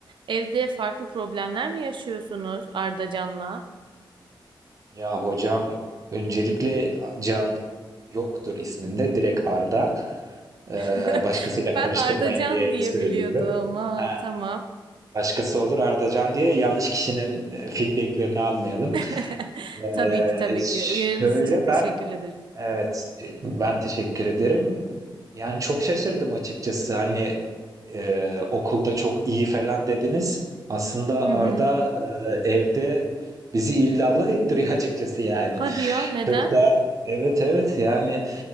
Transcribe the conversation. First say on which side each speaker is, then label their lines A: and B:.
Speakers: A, on the right (about 65°); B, on the right (about 40°).
A: evde farklı problemler mi yaşıyorsunuz Ardacan'la?
B: Ya hocam öncelikle Can yoktur isminde direkt Arda.
A: <laughs>
B: Ee, başkasıyla
A: Ben
B: karıştırmayın
A: Ardacan
B: diye
A: diye
B: söylüyorum.
A: biliyordum. Ha,
B: Ha,
A: tamam.
B: başkası olur Ardacan diye yanlış kişinin e, feedbacklerini almayalım.
A: <laughs>
B: Ee,
A: Tabii ki tabii ki. Uyarınız
B: şöyle
A: için teşekkür
B: ben
A: ederim.
B: Evet, ben teşekkür ederim. Yani çok şaşırdım açıkçası. Hani e, okulda çok iyi falan dediniz. Aslında
A: Hı hı.
B: Arda e, evde bizi illallah ettiriyor açıkçası yani.
A: Hadi ya neden?
B: Çok da evet evet yani